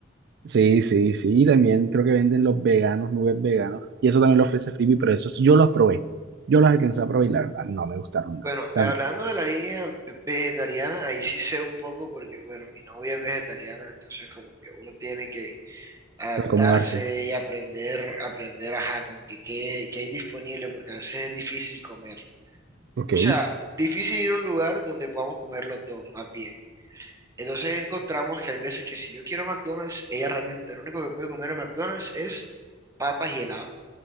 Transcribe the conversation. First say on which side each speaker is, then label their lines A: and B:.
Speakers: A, on the right (about 60°); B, on the right (about 15°).
A: sí, sí, sí. Y también creo que venden los veganos, nuggets veganos. Y eso también lo ofrece frisbee, pero esos yo los probé. Yo los alcancé a probar y la verdad no me gustaron nada.
B: Bueno,
A: Tanto
B: eh, hablando de la línea ve- vegetariana, ahí sí sé un poco porque, bueno, mi novia es vegetariana, entonces como que uno tiene que adaptarse
A: para acomodarse.
B: y aprender, aprender, ajá, con que qué, qué hay disponible, porque a veces es difícil comer.
A: Ok,
B: O sea, difícil ir a un lugar donde podamos comer los dos, más bien. Entonces encontramos que hay veces que si yo quiero McDonald's, ella realmente lo único que puede comer en McDonald's es papas y helado.